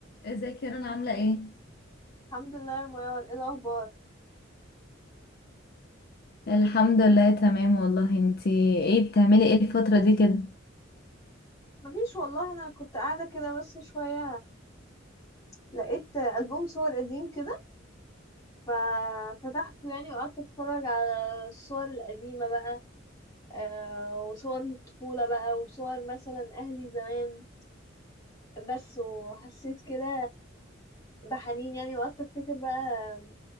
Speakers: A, on the left; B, on the left.
A: ازيك يا رنا عاملة ايه؟
B: الحمد لله يا ميار ايه الاخبار
A: الحمد لله تمام والله انتي ايه بتعملي ايه الفترة دي كده؟
B: مفيش والله انا كنت قاعده كده بس شويه لقيت البوم صور قديم كده ففتحته يعني وقعدت اتفرج على الصور القديمه بقى آه وصور من الطفوله بقى وصور مثلا اهلي زمان بس وحسيت كده بحنين يعني وقعدت افتكر بقى